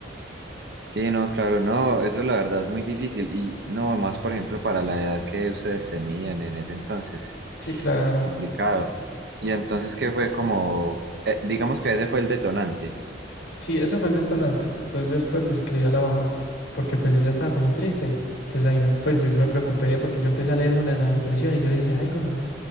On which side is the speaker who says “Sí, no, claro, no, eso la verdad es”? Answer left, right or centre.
Right